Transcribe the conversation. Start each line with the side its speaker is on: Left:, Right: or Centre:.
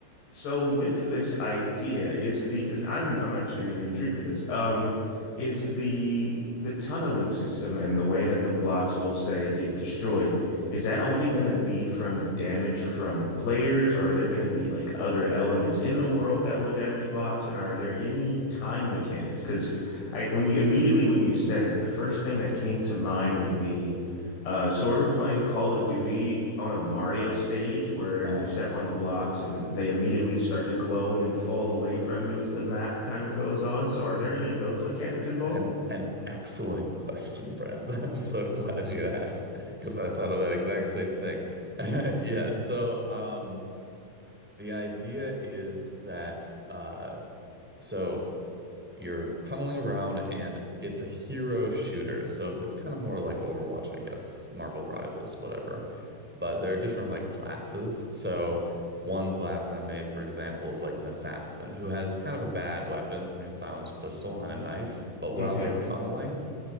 Left: So with this idea is the because I'm I'm actually really intrigued with this. Um, is the the tunneling system and the way that the blocks will say get destroyed, is that only going to be from damage from players, or are there going to be like other elements in the world that will damage blocks? And are there any time mechanics? Because I when you immediately when you said it, the first thing that came to mind would be. Uh, sort of playing Call of Duty on a Mario stage where
Centre: Um,
Left: you step on the blocks and they immediately start to glow and then fall away from you as the map kind of goes on. So, are there any of those mechanics involved?
Centre: An an excellent question, Brand. <laughs> I'm so glad you asked because I thought of that exact same thing. <laughs> Yeah, so um the idea is that uh so you're tunneling around and it's a hero shooter. So it's kind of more like Overwatch, I guess, Marvel Rivals, whatever. But there are different like classes. So one class I made, for example, is like an assassin who has kind of a bad weapon, like a silenced pistol and a knife, but while
Left: Okay.
Centre: they're tunneling